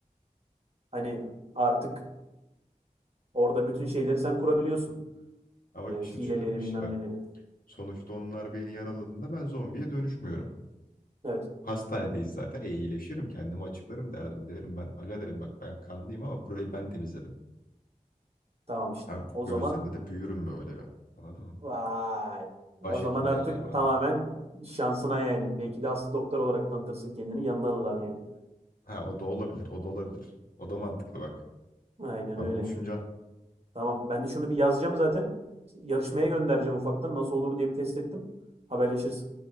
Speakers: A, on the right; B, on the left.
A: Hani artık orada bütün şeyleri sen kurabiliyorsun.
B: Ama
A: E, hileleri
B: şimdi şöyle de bir
A: bilmem
B: şey var.
A: neleri.
B: Sonuçta onlar beni yaraladığında ben zombiye dönüşmüyorum.
A: Evet
B: Hastanedeyiz zaten. E, iyileşirim kendimi açıklarım derdim. Derim ben aga derim bak ben kanlıyım ama burayı ben temizledim.
A: tamam işte.
B: Hem
A: O
B: gözlerinde
A: zaman
B: de büyürüm böyle bir. Anladın mı?
A: vay.
B: Başhekim
A: O zaman artık
B: derler bana.
A: tamamen şansına yani. Belki de aslı doktor olarak tanıtırsın kendini. Yanına alırlar yani.
B: Ha o da olabilir. O da olabilir. O da mantıklı bak.
A: Aynen
B: Ben
A: öyle.
B: bunu düşüneceğim.
A: Tamam. Ben de şunu bir yazacağım zaten. Yarışmaya göndereceğim ufaktan. Nasıl olur diye bir test ettim. Haberleşiriz.